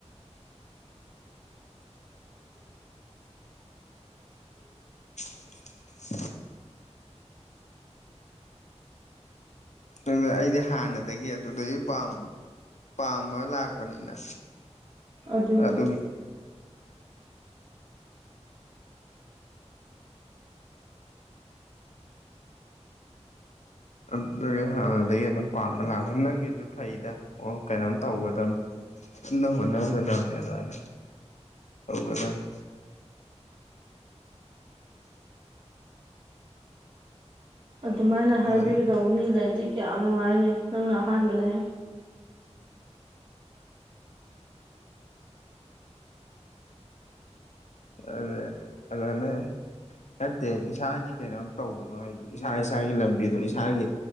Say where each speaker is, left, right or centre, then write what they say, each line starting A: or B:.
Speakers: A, on the left (about 75°); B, on the right (about 45°).
A: <unintelligible> ꯑꯗꯨꯗ ꯑꯩꯗꯤ ꯍꯥꯟꯅꯗꯒꯤ ꯑꯗꯨꯗꯒꯤ ꯄꯥꯝ ꯄꯥꯝꯃꯥ ꯂꯥꯛꯄꯅꯤꯅ
B: ꯑꯗꯨꯅꯦ
A: ꯑꯗꯨꯒꯤ ꯑꯗꯨꯒꯤ ꯍꯥꯟꯅꯗꯒꯤ ꯑꯗꯨꯝ ꯄꯥꯝꯃ ꯂꯥꯛꯄꯅꯤꯅ ꯅꯪꯒꯤꯁꯨ ꯐꯩꯗ ꯑꯣ ꯀꯩꯅꯣꯝ ꯇꯧꯒꯗꯕꯅꯤ ꯀꯟꯅ ꯍꯣꯠꯅꯒꯗꯕꯅꯤ ꯑꯗꯨꯃꯥꯏꯅ ꯍꯧꯔꯗꯧꯅꯦ
B: ꯑꯗꯨꯃꯥꯏꯅ
A: ꯇꯧꯒꯗꯕꯅꯤ
B: ꯍꯥꯏꯕꯤꯒꯗꯧꯕ ꯃꯤ ꯂꯩꯔꯗꯤ ꯀꯌꯥꯝ ꯅꯨꯡꯉꯥꯏꯅꯤ ꯅꯪꯅ ꯑꯍꯥꯟꯕꯅꯦ
A: ꯑ ꯑꯗꯨꯗꯅꯦ ꯅꯠꯇꯦ ꯏꯁꯥꯒꯤ ꯀꯩꯅꯣꯝ ꯇꯧꯕꯗꯣ ꯍꯥꯏꯗꯤ ꯏꯁꯥ ꯏꯁꯥꯒꯤ ꯂꯝꯕꯤꯗꯣ ꯏꯁꯥꯒꯤ